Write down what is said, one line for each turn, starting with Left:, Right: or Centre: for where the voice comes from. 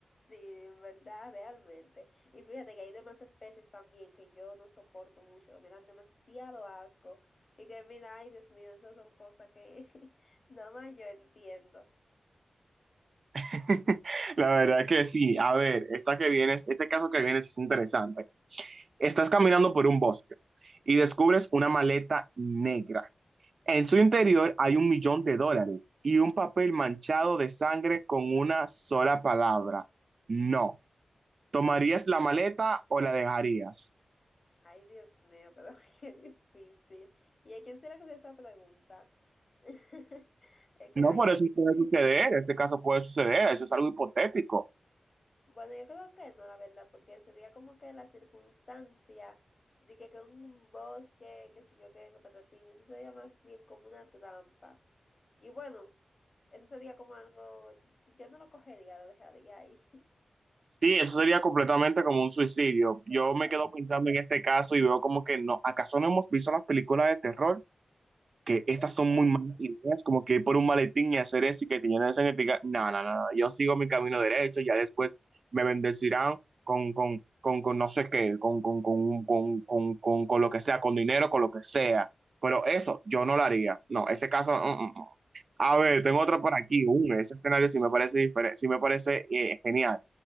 Left: Sí, en verdad, realmente. Y fíjate que hay demás especies también que yo no soporto mucho, que me dan demasiado asco. Y que mira, ay Dios mío, esas son cosas que <laughs> nada más yo entiendo.
Right: <laughs> La verdad que sí. A ver, esta que viene, este caso que viene sí es interesante. Estás caminando por un bosque y descubres una maleta negra. En su interior hay un millón de dólares y un papel manchado de sangre con una sola palabra. No. ¿Tomarías la maleta o la dejarías?
Left: Ay Dios mío, pero <laughs> qué difícil. ¿Y a quién se le ocurrió esa pregunta? <laughs> Es que,
Right: No,
Left: ay
Right: por
Left: Dios
Right: eso puede
Left: mío.
Right: suceder. Ese caso puede suceder. Eso es algo hipotético.
Left: Bueno, yo creo que no, la verdad, porque sería como que la circunstancia de que, que un bosque, que sé yo qué, que patatín, eso sería más bien como una trampa. Y bueno, Eso sería como algo, yo no lo cogería, lo dejaría ahí. <laughs>
Right: Sí, eso sería completamente como un suicidio. Yo
Left: Exacto,
Right: me quedo pensando en este caso y veo como que no, ¿acaso no hemos visto las películas de terror? Que estas
Left: exacto.
Right: son muy malas ideas, como que ir por un maletín y hacer eso y que te llenen de sangre. y te diga, No, no, no, no, yo sigo mi camino derecho, ya después me bendecirán con, con, con, con no sé qué, con, con, con, con, con, con, con lo que sea, con dinero, con lo que sea. Pero eso yo no lo haría. No, ese caso, mm, mm, mm. A ver, tengo
Left: sí
Right: otro por aquí.
Left: mismo.
Right: Uh, ese escenario sí me parece diferente, sí me parece eh, genial.